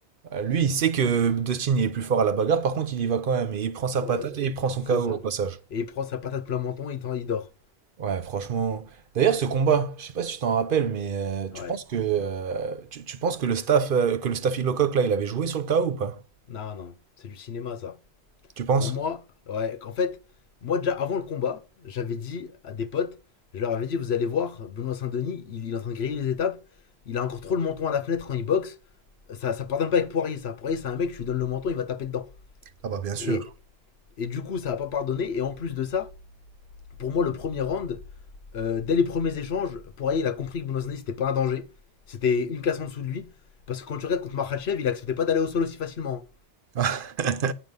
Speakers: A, on the right (about 60°); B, on the left (about 75°).
A: euh, lui, il sait que Dustin il est plus fort à la bagarre. Par contre, il y va quand même. Et il prend sa
B: Ouais,
A: patate et il prend son
B: <laughs> c'est
A: KO
B: ça.
A: au passage.
B: Et il prend sa patate plein menton et il, t'en- il dort.
A: Ouais, franchement. D'ailleurs, ce combat, je sais pas si tu t'en rappelles, mais euh,
B: Ouais.
A: tu penses que euh, tu, tu penses que le staff euh, que le staff Illocock là, il avait joué sur le KO ou pas?
B: Non, non. C'est du cinéma, ça.
A: Tu penses?
B: Pour moi, ouais, en fait, moi déjà avant le combat, j'avais dit à des potes, je leur avais dit, vous allez voir, Benoît Saint-Denis, il, il est en train de griller les étapes, il a encore trop le menton à la fenêtre quand il boxe. Ça, ça pardonne pas avec Poirier, ça. Poirier, c'est un mec, je lui donne le menton, il va taper dedans.
A: Ah bah bien sûr.
B: Et, et du coup, ça va pas pardonner. Et en plus de ça, Pour moi, le premier round, euh, dès les premiers échanges, Poirier, il a compris que Bounazani, c'était pas un danger. C'était une casse en dessous de lui. Parce que quand tu regardes contre Makhachev, il acceptait pas d'aller au sol aussi facilement.
A: <laughs>